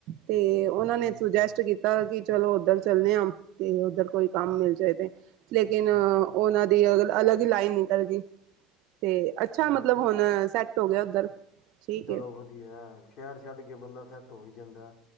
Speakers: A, on the right; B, on the left.
A: ਤੇ ਉਹਨਾਂ
B: ਤੇ
A: ਨੇ
B: ਉਹ
A: ਸੁਜੈਸਟ
B: ਤੇ
A: ਕੀਤਾ ਕਿ ਚਲੋ ਉੱਧਰ ਚੱਲੇ ਆ। ਤੇ ਉੱਧਰ ਕੋਈ ਕੰਮ ਮਿਲ ਜਾਏ ਤੇ ਲੇਕਿਨ
B: ਅੱਛਾ
A: ਉਹਨਾਂ
B: ਅੱਛਾ
A: ਦੇ ਦੀ ਅਲੱਗ ਹੀ ਲਾਈਨ ਨਿਕਲ ਗਈ ਤੇ ਅੱਛਾ
B: ਠੀਕ
A: ਮਤਲਬ
B: ਹੈ
A: ਹੁਣ
B: ਠੀਕ
A: ਸੈਟ ਹੋ ਗਿਆ ਉੱਧਰ ਠੀਕ
B: ਚਲੋ
A: ਹੈ
B: ਵਧੀਆ ਸ਼ਹਿਰ ਛੱਡ ਕੇ ਬੰਦਾ ਸੈੱਟ ਹੋ ਹੀ ਜਾਂਦਾ